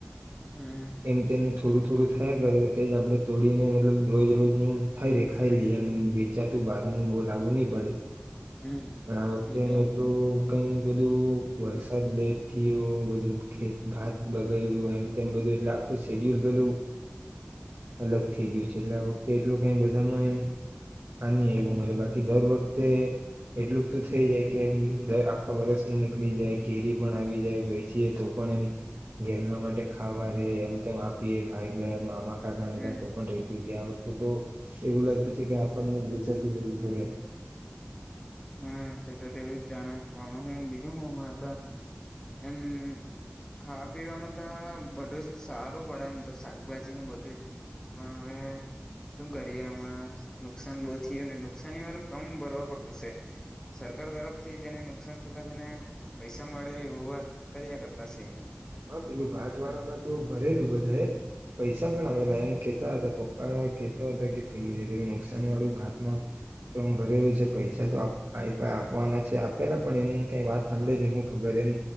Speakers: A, on the left; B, on the right.
A: હમ
B: એમ તેમમ થોડું થોડું થયા કરે તે જ આપડણે તોડીને મતલબ રોજ રોજનું થાય ર ખાઈ લઈએ એમ વેચાતું બહાર ન બોલાવવું નહી પડે.
A: હમ
B: પણ આ વખતે
A: તે તો
B: એટલું કઈ બધું વરસાદ લેટ થયો બધું ભાત બગાડ્યું એમ તેમ બધું એટલે આખું શેડ્યુલ બલું અલગ થઈ ગયું છે એટલે આ વખતે એટલું કઈ બધામાં એમ આની આવ્યું મારે બાકી દર વખતે એટલું તો થઈ
A: હમ
B: જાય કે એમ આખા વરષનું નીકળી જાય, ઘેરી પણ આવી જાય, બેસીએ તો પણ એમ ઘેરના માટે ખાવા રે એમ તેમ આપીએ ભાઈ બે મામા કાકા ને
A: હમ
B: ત્યાં પણ રેતી ત્યાં તો એવું લાગતું છે કે આપણને જ વિચાતીતી ઘડીએ.
A: હમ્મ તે તો એવું જ જાણે પણ હું બીજું હ હમણાં તો એમ ખાવા પીવામાં તો બધું જ સારું પડે એમ તો શાકભાજી નું બધું જ પણ હવે શું કરીએ હમણાં નુકસાન બહુ થયું ને નુકસાની વારું ફોમ ભરવા પડતું છે. સરકાર તરફ થી જેને નુકસાન થયેલા તેને પૈસા મળે એવું વાત કર્યા કરતા છે.
B: હા પેલું ભાત વાળામાં તો ભરેલું બધા એ પૈસા પણ આવેલા એમ કેતા હતા પપ્પા કેતા હતા કે પે નુકસાન વાળું ભાતમાં ફમ ભરેલું છે પૈસા તો આયપા આપવાના છે આપેલા પણ એમ કઈ વાત સાંભળે નહી હું ખબર એમ